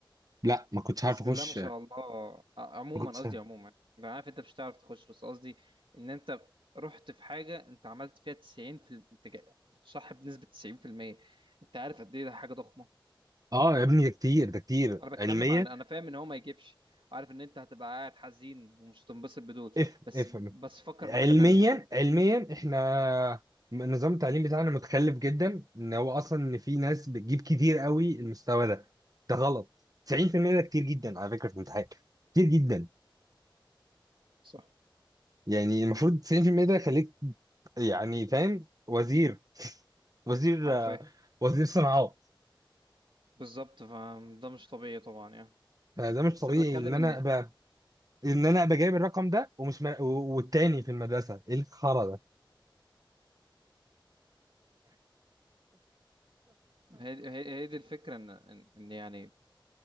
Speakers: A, on the right (about 45°); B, on the right (about 75°).
A: لا ما كنتش
B: بسم
A: عارف اخش
B: الله ما شاء
A: ما
B: الله آه، عموما
A: كنتش
B: قصدي
A: عارف.
B: عموما انا عارف انت مش هتعرف تخش بس قصدي ان انت رحت في حاجة انت عملت فيها 90 في ال- انت جا- كنت صح بنسبة 90% انت عارف قد ايه ده حاجة ضخمة
A: اه يا ابني ده كتير ده كتير
B: انا بتكلم
A: علميا
B: عن انا فاهم ان هو ما يجيبش عارف ان انت هتبقى قاعد حزين ومش هتنبسط بدول
A: افهم
B: بس
A: افهم
B: بس فكر
A: علميا
B: بحاجه تانية انت
A: علميا احنا نظام التعليم بتاعنا متخلف جدا ان هو اصلا ان في ناس بتجيب كتير قوي المستوى ده ده غلط 90% ده كتير جدا على فكرة في الامتحان كتير جدا
B: صح
A: يعني المفروض 90% ده خليك يعني فاهم وزير وزير
B: حرفيا
A: آه، وزير صناعات
B: بالظبط فده مش طبيعي طبعا يعني
A: فده مش
B: بس
A: طبيعي
B: انا بتكلم
A: ان
B: ان
A: انا ابقى ان انا ابقى جايب الرقم ده ومش م... والتاني في المدرسة ايه الخرا ده
B: هي هي هي دي الفكره ان ان إن يعني